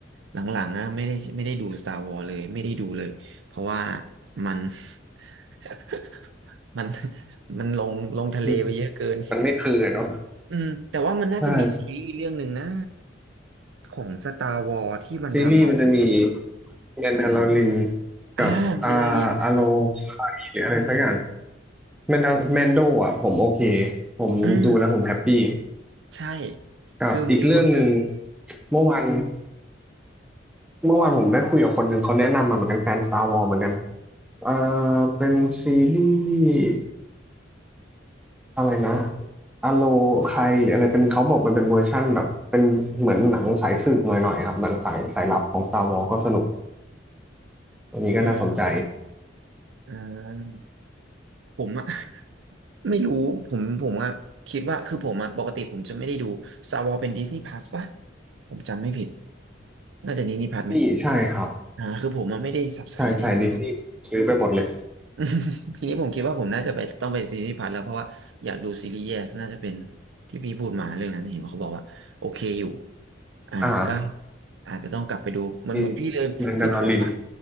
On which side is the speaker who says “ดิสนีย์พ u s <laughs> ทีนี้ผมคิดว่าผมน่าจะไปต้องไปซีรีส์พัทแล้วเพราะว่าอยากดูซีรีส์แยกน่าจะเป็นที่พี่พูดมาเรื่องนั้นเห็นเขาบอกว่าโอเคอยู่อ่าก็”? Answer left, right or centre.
Right